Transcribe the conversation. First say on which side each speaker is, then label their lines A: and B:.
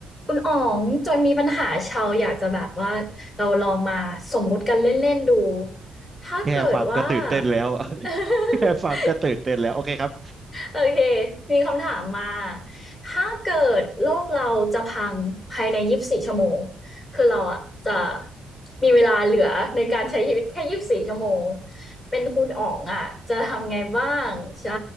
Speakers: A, on the left; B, on the right.
A: คุณอ๋องจอยมีปัญหาเชาวอยากจะแบบว่าเราลองมาสมมุติกันเล่นๆดูถ้าเกิดว่า
B: แค่ฟังก็ตื่นเต้นแล้ว <laughs>
A: <laughs>
B: แค่ฟังก็ตื่นเต้นแล้วโอเคครับ
A: โอเคมีคำถามมาถ้าเกิดโลกเราจะพังภายในยี่สิบสี่ชั่วโมงคือเราอะจะมีเวลาเหลือในการใช้ชีวิตแค่ยี่สิบสี่ชั่วโมงเป็นคุณอ๋องอะจะทำไงบ้างใช่